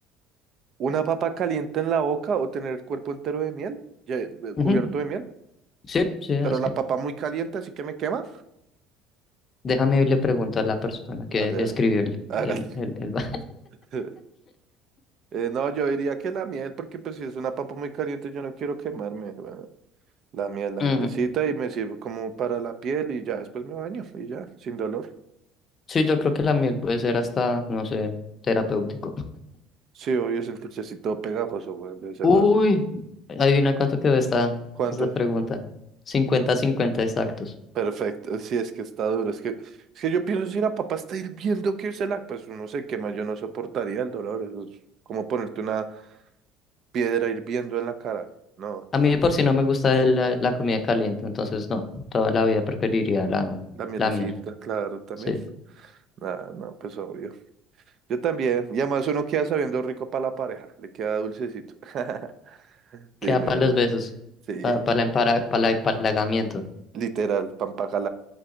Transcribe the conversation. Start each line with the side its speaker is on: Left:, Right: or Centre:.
Right: Una papa caliente en la boca o tener el cuerpo entero de miel, ya, eh,
Left: <laughs>
Right: cubierto de miel,
Left: Sí, sí, así.
Right: pero la papa muy caliente, así que me quema.
Left: Déjame irle preguntar a la persona que
Right: Ale-
Left: escribió el,
Right: hágale.
Left: el, el, el... ba-
Right: <laughs> Eh, no, yo diría que la miel, porque pues si es una papa muy caliente, yo no quiero quemarme. bueno, la miel, la
Left: <laughs> Ujú.
Right: mielecita y me sirve como para la piel y ya después me baño y ya, sin dolor.
Left: Sí, yo creo que la miel puede ser hasta, no sé, terapéutico.
Right: Sí, obvio, es un dulcecito pegajoso, bueno, debe ser
Left: Uy,
Right: raro.
Left: adivina cuánto quedó esta,
Right: ¿Cuánto?
Left: esta pregunta. Cincuenta, cincuenta exactos.
Right: Perfecto, sí, es que está duro. Es que, es que yo pienso si la papá está hirviendo que se la, pues uno se quema, yo no soportaría el dolor. Eso es como ponerte una piedra hirviendo en la cara. No,
Left: A mí de por si no me gusta la, la comida caliente, entonces no, toda la vida preferiría la,
Right: la mielecita,
Left: la miel.
Right: claro, también.
Left: Sí,
Right: Ah, no, pues obvio. Yo también. Y además uno queda sabiendo rico para la pareja, le queda dulcecito. <laughs> Sí,
Left: queda
Right: mi
Left: para los
Right: bro.
Left: besos,
Right: Sí,
Left: para, para, el empara- para el empalagamiento.
Right: literal, pan de